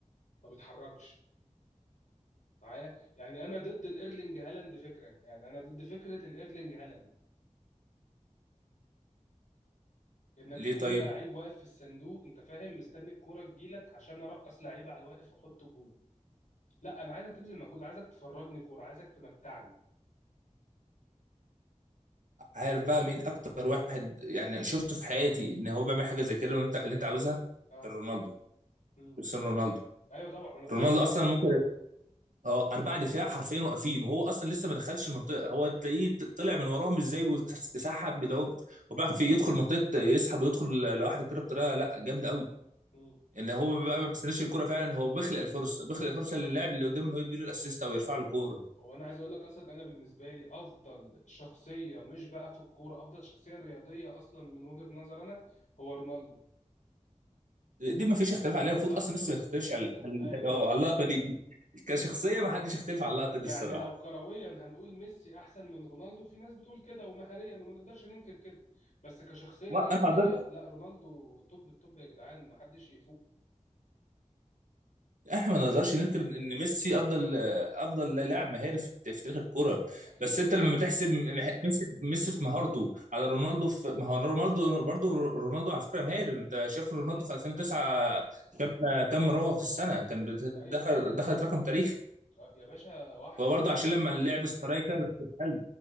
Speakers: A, on the left; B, on the right.
A: ما بيتحركش معايا يعني انا ضد الايرلينج هالاند فكره يعني انا ضد فكره الايرلينج هالاند انك
B: ليه
A: تكون
B: طيب
A: لعيب واقف في الصندوق انت فاهم مستني الكوره تجيلك عشان ارقص لعيب على الواقف واحط جون لا انا عايزك تبذل مجهود عايزك تفرجني كوره عايزك تمتعني
B: عارف بقى مين اكتر واحد يعني شفته في حياتي ان هو بيعمل حاجه زي كده وانت اللي انت عاوزها
A: اه
B: كان رونالدو
A: امم
B: كريستيانو رونالدو
A: ايوه طبعا ما انا بقول
B: رونالدو
A: لك اهو
B: اصلا ممكن اه اربعه دفاع حرفيا واقفين وهو اصلا لسه ما دخلش المنطقه هو تلاقيه ط- طلع من وراهم ازاي وسحب ده هو وبيعرف في يدخل منطقه يسحب ويدخل لوحده كده بطريقه لا جامده قوي
A: امم
B: يعني هو بقى ما بيستناش الكرة فعلا هو بيخلق الفرصه بيخلق الفرصه للاعب اللي قدامه انه يديله الاسيست او يرفع له كوره
A: هو انا عايز اقول لك اصلا انا بالنسبه لي افضل شخصيه مش بقى في الكوره افضل شخصيه رياضيه اصلا من وجهه نظر انا هو رونالدو
B: دي ما فيش اختلاف عليها
A: بالظبط
B: المفروض اصلا
A: <laughs>
B: لسه ما يختلفش على على-
A: ايوه
B: اه على اللقطه دي كشخصيه ما حدش يختلف على اللقطه
A: يعني
B: دي الصراحه
A: لو كرويا هنقول ميسي احسن من رونالدو في ناس بتقول كده ومهاريا وما نقدرش ننكر كده بس كشخصيه
B: ما
A: رياضيه
B: انا
A: لا رونالدو توب التوب يا جدعان ما حدش يفوق
B: احنا ما نقدرش ننكر ان ميسي افضل افضل لاعب مهاري في في تاريخ الكرة
A: اكيد
B: بس انت لما بتحسب مه- ميسي ميسي في مهارته على رونالدو في ما هو رونالدو برضه رونالدو على فكرة مهاري انت شايف رونالدو
A: مم.
B: في 2009 كم كم رغوة في السنة كان بت-
A: ايوه
B: دخل
A: ايوه
B: دخلت رقم تاريخي
A: آه، يا باشا وحش
B: فهو برضه عشان لما اللعب سترايكر اتقل.